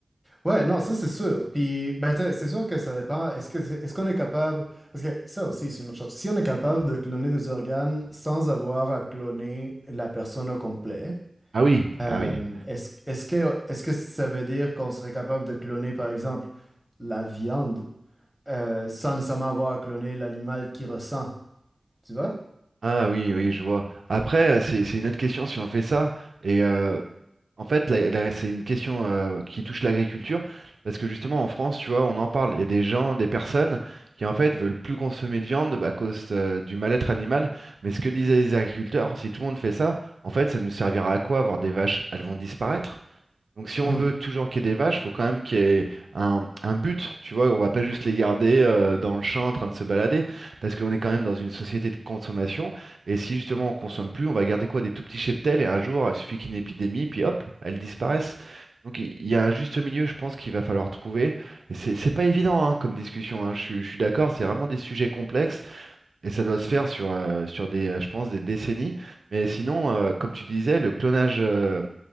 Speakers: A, in the centre; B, on the right.
A: Ouais, non, ça c'est sûr. Puis, ben, tu sais, c'est sûr que ça dépend. Est-ce que, est-ce qu'on est capable, parce que ça aussi, c'est une autre chose. Si on est capable de cloner des organes sans avoir à cloner la personne au complet,
B: Ah oui,
A: Euh,
B: ah oui.
A: est-ce, est-ce que, est-ce que ça veut dire qu'on serait capable de cloner, par exemple, la viande euh, sans nécessairement avoir à cloner l'animal qui ressent, tu vois?
B: Ah oui, oui, je vois. Après, euh, c'est c'est une autre question si on fait ça. Et euh, en fait, la- la- c'est une question euh, qui touche l'agriculture. Parce que justement, en France, tu vois, on en parle. Il y a des gens, des personnes qui, en fait, veulent plus consommer de viande à cause euh, du mal-être animal. Mais ce que disaient les agriculteurs, si tout le monde fait ça, en fait, ça nous servira à quoi avoir des vaches? Elles vont disparaître. Donc si on
A: Mhm.
B: veut
A: <laughs>
B: toujours qu'il y ait des vaches, il faut quand même qu'il y ait un, un but, tu vois, on va pas juste les garder euh, dans le champ en train de se balader, parce qu'on est quand même dans une société de consommation, et si justement on consomme plus, on va garder quoi? Des tout petits cheptels, et un jour, il suffit qu'il y ait une épidémie, puis hop, elles disparaissent. Donc il il y a un juste milieu, je pense, qu'il va falloir trouver, et c'est c'est pas évident hein, comme discussion, hein, Je, suis je suis d'accord, c'est vraiment des sujets complexes, et ça doit se faire sur, euh, sur des, euh, je pense, des décennies, mais sinon, euh, comme tu disais, le clonage... euh,